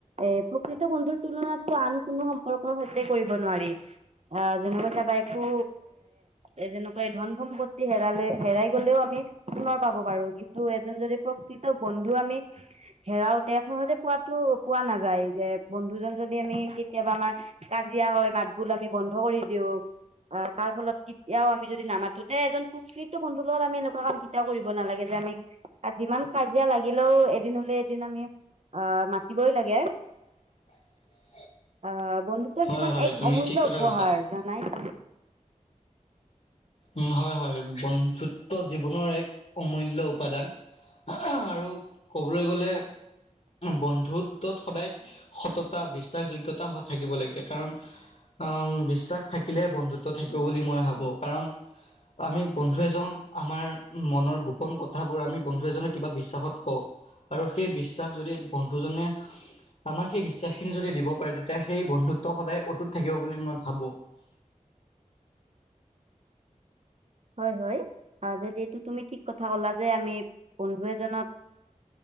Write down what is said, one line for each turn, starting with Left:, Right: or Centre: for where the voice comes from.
Right: এ প্ৰকৃত বন্ধুৰ তুলনাত আন কোনো সম্পৰ্কৰ সৈতে কৰিব নোৱাৰি। অ যেনেকৈ তাবা একো এ যেনেকৈ ধন সম্পত্তি হেৰালে হেৰাই গলেও আমি পুনৰ পাব পাৰো কিন্তু এজন যদি প্ৰকৃত বন্ধু আমি হেৰাও তে সহতে পোৱা তো পোৱা নাযায় যে বন্ধুজন যদি। য আমি কেতিয়াবা আমাৰ কাজিয়া হয় মাত বোল আমি বন্ধ কৰি দিওঁ অ তাৰ ফলত কেতিয়াও আমি যদি নামাতোতে এজন প্ৰকৃত বন্ধুৰ লগত আমি এনেকুৱা কাম কেতিয়াও কৰিব নালাগে। মি যিমান কাজিয়া লাগিলেও এদিন হলে এদিন আমি অ মাতিবই লাগে।
Left: <unintelligible>
Right: অহ বন্ধুত্বৰ
Left: হয়
Right: জীৱন
Left: হয়
Right: এক
Left: তুমি
Right: অমূল্য
Left: ঠিক কথা
Right: উপহাৰ
Left: কৈছা
Right: জানাইটো।
Left: উ হয় হয় বন্ধুত্ব জীৱনৰ এক অমূল্যয় উপাদান। আৰু ক'বলৈ গলে। বন্ধুত্বত সদায় সততা বিশ্বাসযোগ্যতা থাকিব লাগে কাৰণ আহ বিশ্বাস থাকিলে বন্ধুত্ব থাকিব বুলি মই ভাবো কাৰণ আমি বন্ধু এজন আমাৰ মনৰ গোপন কথাবোৰ আমি বন্ধু এজক কিবা বিশ্বাসত কওঁ আৰু সেই বিশ্বাস যদি বন্ধুজনে আমাক সেই বিশ্বাস খিনি যদি দিব পাৰে তেতিয়া সেই বন্ধু। ত সদায় অটুত থাকিব বুলি মই ভাবো।
Right: হয় হয় যদি এইটো তুমি ঠিক কথা কলা যে আমি বন্ধু এজনত